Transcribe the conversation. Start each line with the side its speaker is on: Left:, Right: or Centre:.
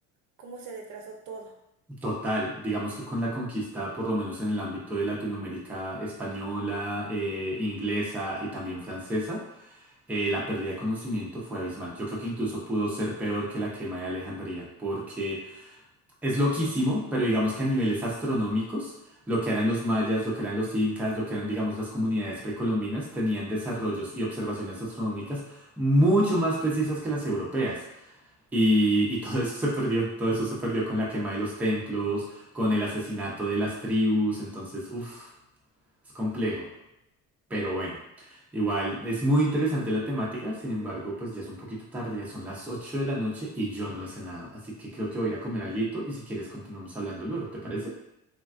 Right: cómo se retrasó todo.
Centre: Total, digamos que con la conquista, por lo menos en el ámbito de Latinoamérica española, eh, inglesa y también francesa, eh, la pérdida de conocimiento fue abismal. Yo creo que incluso pudo ser peor que la quema de Alejandría, porque Es loquísimo, pero digamos que a niveles astronómicos, lo que eran los mayas, lo que eran los incas, lo que eran, digamos, las comunidades precolombinas, tenían desarrollos y observaciones astronómicas mucho más precisas que las europeas. Y, y todo eso se perdió, todo eso se perdió con la quema de los templos, con el asesinato de las tribus, entonces, uff, es complejo. Pero bueno, igual es muy interesante la temática, sin embargo, pues ya es un poquito tarde, ya son las 8 de la noche y yo no he cenado, así que creo que voy a ir a comer alguito y si quieres continuamos hablando luego, ¿te parece?